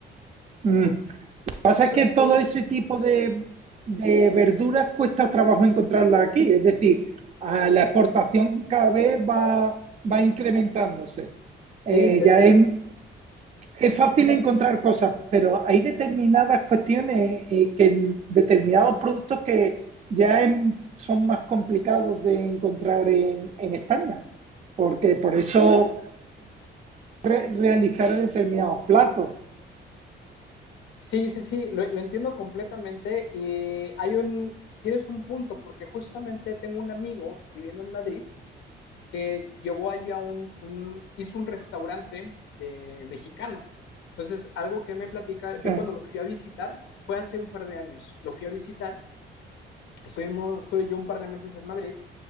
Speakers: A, on the right (about 35°); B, on the left (about 70°).
A: Mm.
B: Entonces,
A: Pasa
B: son-
A: que todo ese tipo de, de verduras cuesta trabajo encontrarla aquí, es decir, a la exportación cada vez va, va incrementándose.
B: sí,
A: Eh,
B: eh,
A: ya es, es fácil encontrar cosas, pero hay determinadas cuestiones eh, que en determinados productos que ya em- son más complicados de encontrar en, en España, porque
B: eh,
A: por eso re- realizar determinados platos.
B: sí, sí, sí, lo, lo entiendo completamente. Y hay un, tienes un punto, porque justamente tengo un amigo viviendo en Madrid que llevó allí a un, un, hizo un restaurante de mexicano. Entonces, algo que me platica,
A: Sí,
B: yo cuando lo fui a visitar, fue hace un par de años, lo fui a visitar, estuvimos, estuve yo un par de meses en Madrid